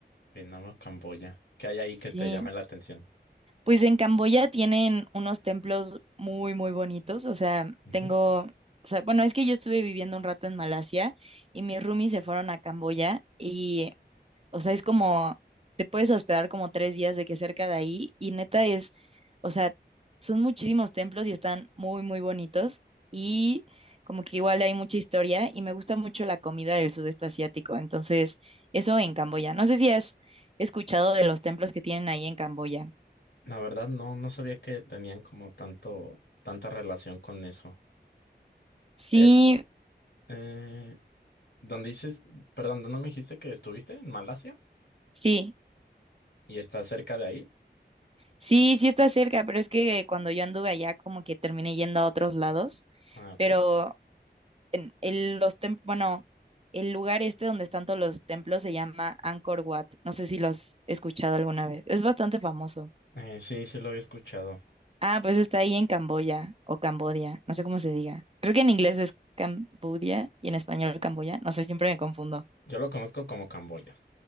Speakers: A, on the left; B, on the right.
A: Vietnam o Camboya. ¿Qué hay ahí
B: Sí.
A: que te llame la atención?
B: Pues en Camboya tienen unos templos muy, muy bonitos. O sea,
A: Ujú.
B: tengo, o sea, bueno, es que yo estuve viviendo un rato en Malasia y mis roomies se fueron a Camboya y, o sea, es como, te puedes hospedar como tres días de que cerca de ahí y neta es, o sea, son muchísimos templos y están muy, muy bonitos y como que igual hay mucha historia y me gusta mucho la comida del sudeste asiático. Entonces, eso en Camboya. No sé si has escuchado de los templos que tienen ahí en Camboya.
A: La verdad, no, no sabía que tenían como tanto, tanta relación con eso.
B: Sí,
A: Es, eh, ¿Dónde dices, perdón, dónde me dijiste que estuviste? ¿En Malasia?
B: Sí,
A: ¿Y está cerca de ahí?
B: sí, sí está cerca, pero es que cuando yo anduve allá como que terminé yendo a otros lados,
A: Ah, ok.
B: pero en- el, los tem- bueno, el lugar este donde están todos los templos se llama Angkor Wat. No sé si lo has escuchado alguna vez. Es bastante famoso.
A: Eh, sí, sí lo había escuchado.
B: Ah, pues está ahí en Camboya o Cambodia, no sé cómo se diga. Creo que en inglés es Cambodia y en español Camboya, no sé, siempre me confundo.
A: Yo lo conozco como Camboya.